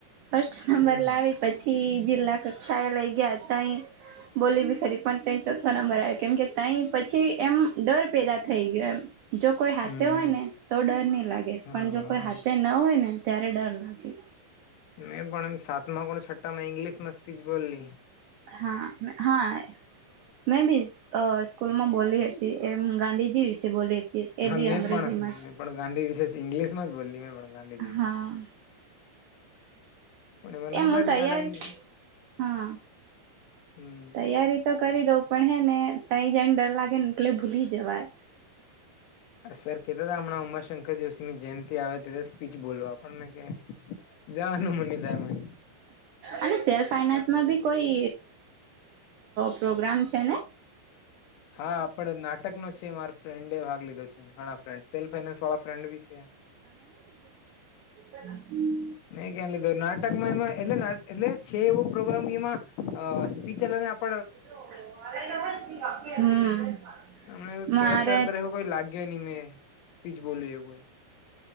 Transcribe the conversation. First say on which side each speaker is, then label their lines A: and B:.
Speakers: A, on the right; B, on the left.
A: ફર્સ્ટ નંબર
B: હમ.
A: લાવી પછી જિલ્લા કક્ષાએ લઈ ગયા હતા અહી. બોલી ભીખરી પણ ત ચોથો નંબર આવ્યો કેમ કે તં પછી. એમ ડર પેદા થઈ ગયો એમ જો કોઈ હાથે
B: હમ
A: હોય ને તો ડર નહીં લાગે
B: હા
A: પણ જો કોઈ હાથે ન હોય નેને ત્યારે ડર લાગે.
B: મેં પણ એમ સાત માં કો છઠ્ઠા માં ઈંગ્લિશ માં સ્પીચ બોલલી.
A: હા હા મેં બી સ્કૂલમાં બોલી હતી એમ ગાંધીજી વિશે બોલી હતી. એ
B: હા
A: બી
B: મેં
A: અંગ્રેજીમાં
B: પણ
A: છે.
B: મેં પણ ગાંધી વિશેષ ઇંગ્લિશમાં જ બોલી મેં પણ ગાંધીજીશે
A: હા
B: પણ એમાં
A: એમ
B: નંબર
A: હું તૈયાર
B: નહી આલાઈન
A: હા
B: હમ
A: તૈયારી તો કરી દઉં પણ હે ને તંઈ જાયને ડર લાગે ને એટલે ભૂલી જવાય
B: સર કતા હતા હમણા ઉમાશંકર જોશી ની જયંતિ આવે તેસ સ્પીચ બોલવા પણ મેં ક જાનું મની થાય.
A: અને સેલ્ફ ફાઈનાન્સમાં બી કોઈ પ્રોગ્રામ છેને.
B: હા આપડ નાટક નો છે માર ફ્રેન્ડ ભાગ લીધો છે ઘણા ફ્રેન્ડ સેલ્ ફાઈનાન્સ વાળા ફ્રેન્ડ બી છે.
A: હમ.
B: મેં કે્યા લીધું નાટકમાં એમાં એટલે એટલે છે એવો પ્રોગ્રામ એમાં અ સ્પીચલ ને આપ
A: <inaudible>
B: હમને
A: મારે
B: કેરેક્ટર અંદર એવું કોઈ લાગે નઈ મેં સ્પીચ બોલ્યું એવું કોઈ